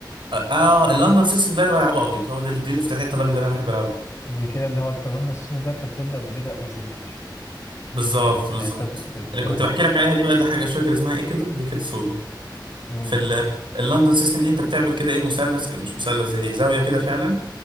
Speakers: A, on the right; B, on the left.
A: اه اه اللندن سيستم ده انا بلعبه ابيض هو ده دي اللي فتحت الابيض اللي انا بحب العبه
B: دي كده اللي هو انت اللندن سيستم ده انت بتبدا ببدأ وزير
A: بالظبط
B: يعني
A: بالظبط
B: يعني انت بت بت,
A: اللي كنت
B: بت...
A: بحكي لك عليها دي بقى ده حاجه مش فاكر اسمها ايه كده دي كانت سودا
B: مم.
A: في ال- اللندن سيستم دي انت بتعمل كده ايه مثلث مش مثلث زي زاويه كده فعلا